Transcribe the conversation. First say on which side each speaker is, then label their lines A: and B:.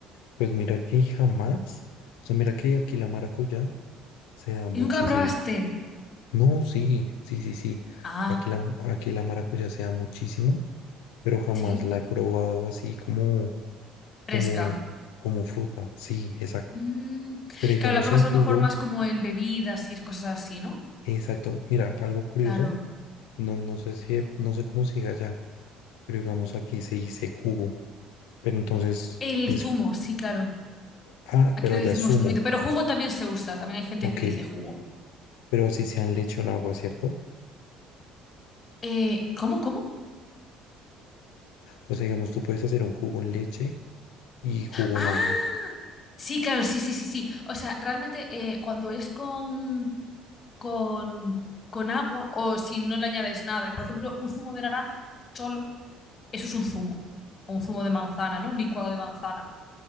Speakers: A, on the left; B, on the left.
A: pues mira que jamás, o sea, mira que aquí la maracuyá se da muchísimo.
B: ¿Y nunca la probaste?
A: No, sí, sí, sí, sí.
B: Ah,
A: Aquí la, aquí la maracuyá se da muchísimo, pero jamás
B: sí.
A: la he probado así como, como,
B: Fresca.
A: como fruta. Sí, exacto.
B: Mm,
A: Pero digamos
B: Claro, la pruebas
A: en
B: a
A: jugo,
B: lo mejor más como en bebidas y es cosas así, ¿no?
A: exacto. Mira, algo curioso,
B: Claro.
A: no, no sé si, no sé cómo se diga allá, pero digamos aquí se dice jugo, pero entonces
B: El
A: es,
B: zumo,
A: ju-
B: sí, claro.
A: ah,
B: Aquí
A: pero
B: lo
A: allá
B: decimos
A: es zumo,
B: zumito, pero jugo también se usa. También hay gente
A: ok,
B: que dice jugo.
A: pero así sea en leche o en agua, ¿cierto?
B: Eh, ¿cómo, cómo?
A: O sea, digamos, tú puedes hacer un jugo en leche y jugo
B: Ah,
A: en agua.
B: sí, claro, sí, sí, sí, sí. O sea, realmente eh, cuando es con, con, con agua o si no le añades nada, por ejemplo, un zumo de naranja solo, eso es un zumo. O un zumo de manzana, ¿no? Un licuado de manzana.